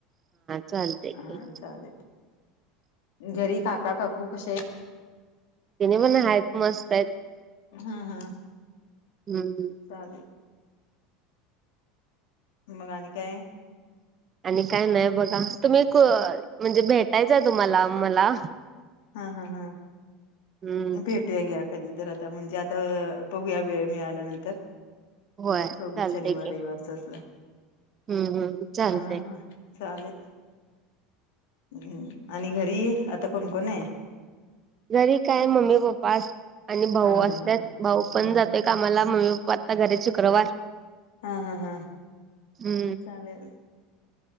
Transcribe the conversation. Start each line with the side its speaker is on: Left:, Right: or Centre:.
Right: चालतय की,
Left: हा चालेल घरी काका काकू कसे आहेत.
Right: तिने पण हाएत मस्त आहेत.
Left: हा हा.
Right: हू हू.
Left: चालेल. मग आणी काय?
Right: आणि काय नाही बघा, तुम्ही म्हणजे भेटायचय तुम्हाला मला
Left: हा हा हा.
Right: हम्म
Left: भेट. टुया घ्या कधी तर, आता म्हणजे आता आ बघूया वेळ मिळाल्यानंतर
Right: होय
Left: बघू
Right: चालतय
Left: शनिवार
Right: की
Left: रविवारच अस
Right: हम्म हम्म चालतय
Left: हा आ. चालेल. हम् आणि घरी आता कोणकोण हाय?
Right: घरी काय मम्मी पप्पा आस आणि भाऊ
Left: हा
Right: असत्यात
Left: हा हा
Right: भाऊ पण
Left: हा
Right: जातोय
Left: हा
Right: कामाला, मम्मी पप्पा आता घरी आहेत आज शुक्रवार
Left: हा हा हा
Right: हम्म
Left: आणिले.